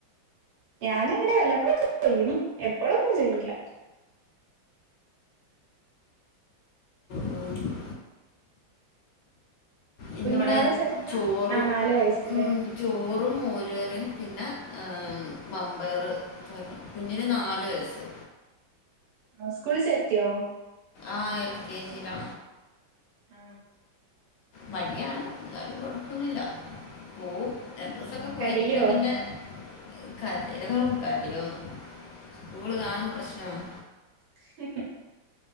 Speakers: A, on the right; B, on the left.
A: ഞാനങ്ങനെ വല്ലപ്പോഴൊക്കെ ചെയ്യും എപ്പോഴൊന്നും ചെയ്യില്ല
B: ഓഹ് ഇന്നിവിടെ
A: കുഞ്ഞുവാവ ചെറുതാ
B: ചോറും
A: ആ നാല് വയസ്സല്ലേ
B: ഉം ചോറും മോരുകറിയും പിന്നെ മമ്പയർ കുഞ്ഞിന് നാല് വയസ്സ്
A: ആ സ്കൂൾ ചേർത്തിയോ?
B: ആ എൽ കെ ജിയിലാ
A: ആ
B: മടിയാണ് ന്നാലും കുഴപ്പൊന്നുല്ല പോവും രണ്ടു ദിവസൊക്കെ പോയി
A: കരയോ
B: പിന്നെ പിന്നെ - കരയോ കരയോന്നോ സ്കൂള് കാണുമ്പോ പ്രശ്നാണ്
A: <inaudible>